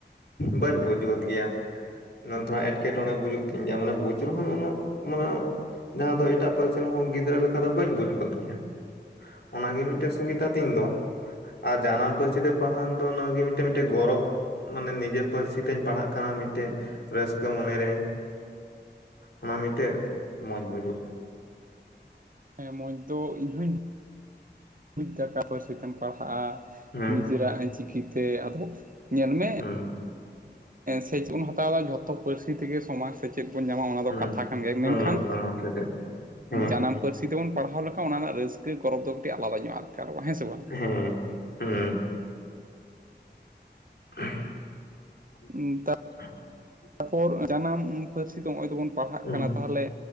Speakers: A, on the left (about 65°); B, on the right (about 50°).
A: ᱵᱟᱹᱧ ᱵᱩᱡ ᱜᱚᱫ ᱜᱮᱭᱟ, ᱱᱚᱛᱮᱦᱚ ᱮᱴᱠᱮᱴᱚᱬᱮ ᱵᱩᱡᱩᱜ ᱜᱮ ᱢᱟᱱᱮ ᱵᱩᱡᱽ ᱨᱮᱦᱚᱸᱭ ᱩᱱᱟᱹᱜ ᱢᱟᱱᱮ ᱡᱟᱦᱟᱸ ᱫᱚ ᱮᱴᱟᱜ ᱯᱟᱹᱨᱥᱤ ᱨᱮᱱᱦᱚᱸ ᱜᱤᱫᱽᱨᱟᱹ ᱞᱮᱠᱟ ᱫᱚ ᱵᱟᱹᱧ ᱵᱩᱡᱽ ᱜᱚᱫ ᱠᱮᱭᱟ, ᱚᱱᱟᱜᱮ ᱢᱤᱫᱴᱮᱱ
B: ᱟᱪᱪᱷᱟ
A: ᱥᱩᱵᱤᱫᱟ᱾ ᱛᱤᱧ ᱫᱚ, ᱟᱨ ᱡᱟᱱᱟᱢ ᱯᱟᱹᱨᱥᱤ ᱛᱮ ᱯᱟᱲᱦᱟᱣ ᱫᱚ ᱱᱟᱹᱜᱮ ᱢᱤᱴᱮ-ᱢᱤᱴᱮ ᱜᱚᱨᱚᱵᱽ ᱢᱟᱱᱮ ᱱᱤᱡᱮ ᱯᱟᱹᱨᱥᱤ ᱛᱤᱧ ᱯᱟᱲᱦᱟᱜ ᱠᱟᱱᱟ ᱢᱤᱫᱴᱮᱡ ᱨᱟᱹᱥᱠᱟᱹ ᱢᱚᱱᱮ ᱨᱮ᱾ ᱚᱱᱟ ᱢᱤᱫᱴᱮᱜ ᱢᱚᱸᱡᱽ ᱵᱩᱡᱩᱜ
B: ᱦᱮᱸ ᱢᱚᱡᱽ ᱫᱚ ᱤᱧ ᱦᱚᱧ <inaudible> ᱵᱩᱡ ᱮᱫᱟ ᱢᱤᱫᱴᱟᱝ ᱯᱟᱹᱨᱥᱤ ᱛᱮᱢ ᱯᱟᱲᱦᱟᱜᱼᱟ᱾
A: ᱦᱩᱸ
B: ᱱᱤᱡᱮᱨᱟᱜ ᱪᱤᱠᱤ ᱛᱮ᱾ ᱟᱫᱚ ᱧᱮᱞ ᱢᱮ᱾
A: ᱦᱩᱸ
B: ᱥᱮᱪᱮᱫ ᱵᱚᱱ ᱦᱟᱛᱟᱣᱟ ᱡᱷᱚᱛᱚ ᱯᱟᱹᱨᱥᱤ ᱛᱮ ᱜᱮ ᱥᱚᱢᱟᱡᱽ ᱪᱮᱫ ᱵᱚᱱ ᱧᱟᱢᱟ, ᱚᱱᱟ ᱫᱚ
A: ᱦᱩᱸ
B: ᱠᱟᱛᱷᱟ ᱠᱟᱱ ᱜᱮᱭᱟ,
A: ᱦᱮᱸ
B: ᱢᱮᱱᱠᱷᱟᱱ
A: ᱥᱚᱢᱟᱡᱽ ᱥᱮᱪᱮᱫ ᱦᱮᱸ
B: ᱡᱟᱱᱟᱢ ᱯᱟᱹᱨᱥᱤ ᱛᱮᱵᱚᱱ ᱯᱟᱲᱦᱟᱣ ᱞᱮᱠᱷᱟᱱ, ᱚᱱᱟ ᱨᱮᱱᱟᱜ ᱨᱟᱹᱥᱠᱟᱹ ᱜᱚᱨᱚᱵᱽ ᱫᱚ ᱠᱟᱹᱴᱤᱡ ᱟᱞᱟᱫᱟ ᱧᱚᱜᱼᱟ, ᱟᱴᱠᱟᱨᱚᱜᱼᱟ ᱵᱟᱝ ᱦᱮᱸ ᱥᱮ ᱵᱟᱝ?
A: ᱦᱮᱸ ᱩᱸ <unintelligible>
B: ᱩ <unintelligible>
A: ᱦ <unintelligible>
B: ᱛᱟᱨᱯᱚᱨ ᱡᱟᱱᱟᱢ ᱯᱟᱹᱨᱥᱤ ᱫᱚ ᱱᱚᱜᱼᱚᱭ ᱫᱚᱵᱚᱱ ᱯᱟᱲᱦᱟᱜ
A: ᱦᱩᱸ
B: ᱠᱟᱱᱟ ᱾ᱛᱟᱦᱚᱞᱮ